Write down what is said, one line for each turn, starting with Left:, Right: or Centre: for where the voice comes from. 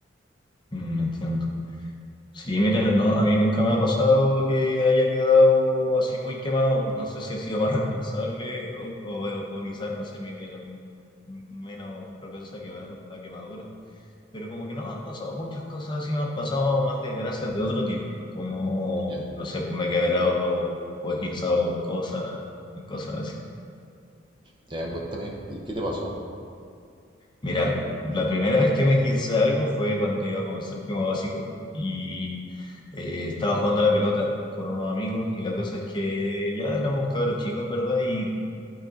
Left: Mm, entiendo. Sí, mira, no, a mí nunca me ha pasado que haya quedado así muy quemado. No sé si he sido más responsable o, o, o quizás, no sé, mi piel es menos propensa a quemar, a quemaduras. Pero como que no me han pasado muchas cosas así, me han pasado más desgracias de otro tipo. Como,
Right: Ya,
Left: no sé, pues me he quebrado o esguinzado cosas, cosas así.
Right: ya, cuéntame, ¿y qué te pasó?
Left: Mira, la primera vez que me quince algo fue cuando iba como en séptimo básico y eh, estaba jugando a la pelota con unos amigos y la cosa es que ya éramos cabros chicos en verdad y